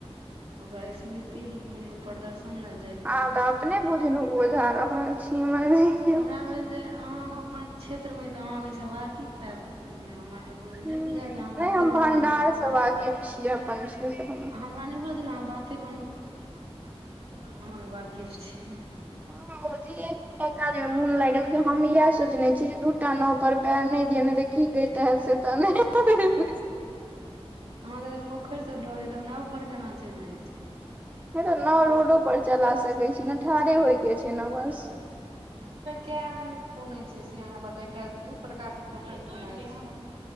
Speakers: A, on the right; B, on the right.
A: ओकरा स्मृति रूप में लोक प्रदर्शन ला
B: अहाँ तऽ अपने बुझनुक बुझा रहल छी
A: हमरा
B: <unintelligible>
A: भेल जे अहाँ अपन क्षेत्रमे तऽ अहाँ ओहिसँ वाकिफ हेब लेकिन हमरा तऽ। बुझ
B: नहि
A: बुझायल जे अहाँ बाते
B: हम
A: बनबयमे
B: भंडार से वाकिफ छी अपन क्षेत्र मे।
A: हमरा नय बुझल छले आहा बाते बन <unintelligible> वाकिफ छी
B: ह धिया-पुता काज में मोन लागि गेलेकिन हम इहे सोचने छी दूटा नाव पर पैर नय दिय ने कि दैत हैत से तऽ <unintelligible>
A: आहा के तऽ पोखईर के डर होय तऽ नाव पर केना चलि जाइ छीयै
B: तऽ
A: नाव
B: रोडो
A: ड़ोडे पर चला
B: सकै
A: सकय
B: छी
A: <unintelligible>
B: ने ठाढ़े होय के छै ने बस
A: कै आदमी खुनय छै से हमरा बता एकटा दू प्रकार के पोखरि खुनाई छै।